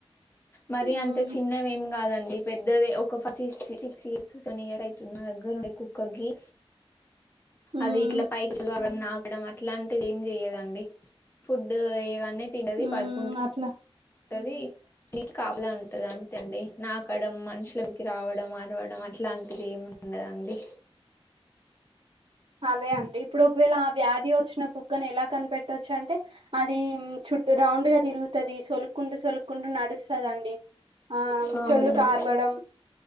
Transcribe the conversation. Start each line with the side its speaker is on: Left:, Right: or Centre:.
Left: మరి
Right: హ్మ్
Left: అంత చిన్నవి ఏం కాదండి అ పెద్దది ఒక సి సిక్స్ ఇయర్స్ వన్ ఇయర్ అయితున్న దగ్గర కుక్కగి
Right: హ్మ్
Left: అది ఇట్లా పైకి ఎరద్ నాకడం అట్లాంటిది ఏం చెయ్యదండి ఫుడ్ వేయగానే తిన్నది
Right: హ్మ్
Left: పడుకుంట్
Right: అట్లా
Left: గది నీకు కాపలా ఉంటది అంతే అండి నాకు ఎక్కడం మనుషులకి రావడం అరవడం అట్లాంటిది ఏమి ఉండదండి
Right: అదే అండి ఇప్పుడు ఒకవేళ వ్యాధి వచ్చిన కుక్కని ఎలా కనిపెట్టవచ్చు అంటే అది చుట్ట రౌండ్ గా తిరుగుతది సొలుకుంటు సొలుకుంట నడుస్తు కదండి ఆ
Left: అవునండి
Right: చల్లు కార్వడం